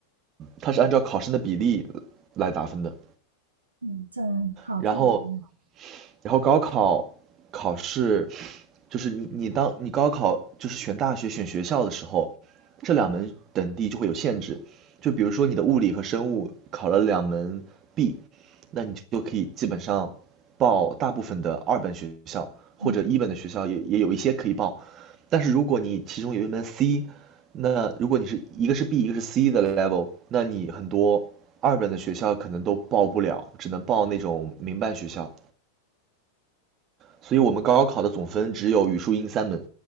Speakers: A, on the right; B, on the right.
A: 它是按照考生的比例来打分的。
B: 嗯，这好特别呢，
A: 然后，然后高考考试就是你你当你高考就是选大学选学校的时候，这两门等地就会有限制。就比如说你的物理和生物考了两门 B，那你就可以基本上报大部分的二本学校或者一本的学校也也有一些可以报。
B: 嗯，
A: 但是如果你其中有一门 C，那如果你是一个是 B 一个是 C 的 level，那你很多二本的学校可能都报不了，只能报那种民办学校。所以我们高考的总分只有语数英三门，